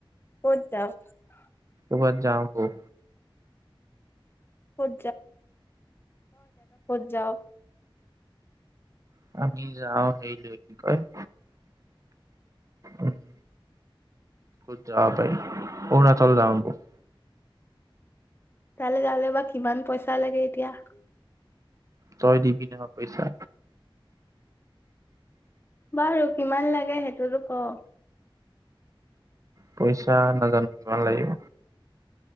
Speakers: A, on the left; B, on the right.
A: কত যাৱ?
B: কবাত যাওঁ বল,
A: ক'ত যাও?
B: <unintelligible> উম্ যাওঁ হেৰি লয় কি কয়', উম', ক'ত যাব পাৰি? অৰুণাচল যাও ব'ল।
A: তালৈ যালে বা কিমান পইচা লাগে এতিয়া, '
B: তই দিবি নহয় পইচা।
A: বাৰু কিমান লাগে, সেইটোতো ক?
B: পইচা নাজানো কিমান লাগিব।